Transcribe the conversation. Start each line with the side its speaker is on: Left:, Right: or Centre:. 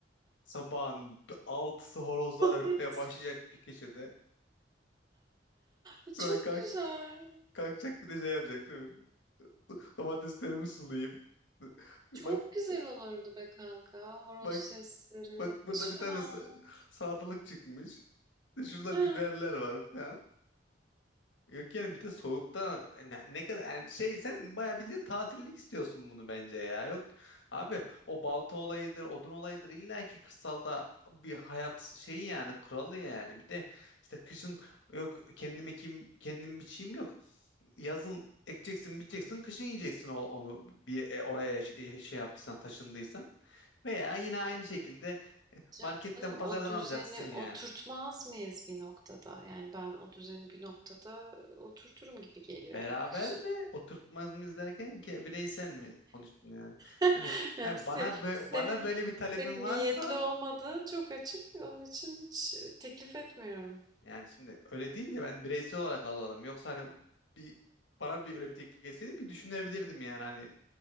Left: Sabahın altısı horozlar örtmeye
Right: Hiç-
Left: başlayacak bir köşede.
Right: E,
Left: Sonra
Right: Çok
Left: kalk,
Right: güzel.
Left: kalkacak bir de şey yapacak değil mi? Domateslerimi sulayayım.
Right: Çok
Left: Bak
Right: güzel olurdu be kanka. Horoz
Left: bak
Right: sesleri.
Left: bak burada
Right: Hiç
Left: bir
Right: fena
Left: tane sa-
Right: olmaz.
Left: salatalık çıkmış. İşte Şurada
Right: Ha.
Left: biberler var falan. Yok yani bir de soğukta ne, ne kadar yani şey sen bayağı bildiğin tatillik istiyorsun bunu bence ya. Yok abi o balta olayıdır, odun olayıdır illa ki kırsalda bir hayat şeyi yani kuralı yani. Bir de işte kışın yok kendim ekeyim, kendim biçeyim yok. Yazın ekeceksin, biçeceksin kışın yiyeceksin o- onu bir e, oraya yaş- e, şey yaptıysan, taşındıysan. Veya yine aynı şekilde
Right: Canım
Left: marketten, pazardan
Right: o düzeni
Left: alacaksın yani.
Right: oturtmaz mıyız bir noktada? Yani ben o düzeni bir noktada oturturum gibi geliyor
Left: Beraber
Right: yani kışın.
Left: mi oturtmaz mı izlerken ki bireysel mi konuştun yani?
Right: <laughs>
Left: Hani,
Right: Yani
Left: hani
Right: se-
Left: bana bö-
Right: senin
Left: bana böyle bir talebin
Right: pek niyetli
Left: varsa
Right: olmadığın çok açık. Onun için hiç e, teklif etmiyorum.
Left: yani şimdi öyle deyince ben bireysel olarak algıladım. Yoksa hani bir bana bir öyle bir teklif gelseydi bir düşünebilirdim yani hani